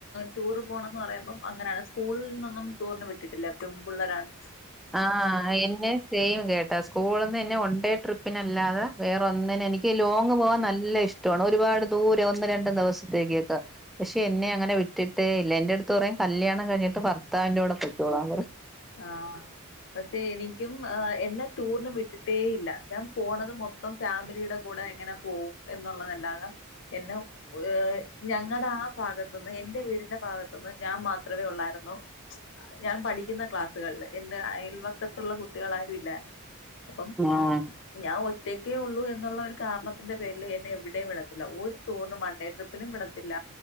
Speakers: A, on the left (about 60°); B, in the centre.
A: ടൂർ പോണം ന്ന് പറയുമ്പം അങ്ങനെണ് സ്കൂളിൽന്നൊന്നും ടൂറിന് വിട്ടിട്ടില്ല പെമ്പിള്ളരാണ്
B: ആഹ എന്നെ സെയിം കേട്ട സ്കൂളിൽന്ന്ന്നെ വൺ ഡേ ട്രിപ്പിന്ല്ലാതെ വേറെ ഒന്നിന് എനിക്കി ലോങ്ങ് പോകാൻ നല്ല ഇഷ്ടാ ണ് ഒരുപാട് ദൂരെ രണ്ടും ദിവസത്തേക്കക്കെ പക്ഷെ എന്നെ അങ്ങനെ വി വിട്ടിട്ടേ ഇല്ല എന്റെ അടുത്തു പറയും കല്യാണം കഴിഞ്ഞിട്ട് ഭർത്താവിന്റെറെ കൂടെ പോയ് ക്കോളാൻപറയും
A: ആഹ് പക്ഷെ എനിക്കും ഏഹ് എന്നെ ടൂറിന് വിട്ടിട്ട് ഏ ഇല്ലാ ഞാൻ പോണത് മൊത്തം ഫാമിലിടെ കൂടെ എങ്ങനെ പോവും എന്നുള്ളതല്ലാതെ എന്നെ ഏഹ് ഞങ്ങളുടെ ആ ഭാഗത്തുന്ന് എന്റെ വീടിന്റെ ഭാഗത്തുന്ന് ഞാൻ മാത്രമേ ഉള്ളായിരുന്നു ഞാൻ പഠിക്കുന്ന <unintelligible> എന്റെ അയൽവക്കത്തുള്ള കുട്ടികളാരു ലെ അപ്പം
B: ആഹ്
A: ഞാ ഒറ്റ് ഒറ്റക്കേ ഉള്ളൂ എന്നുള്ള ഒരു കാരണത്തിന്റെ പേരില് എന്നെ എവിടെയും വിടത്തില്ല ഒരു ടൂറിനും വൺഡേ ട്രിപ്പിനും വിടത്തില്ല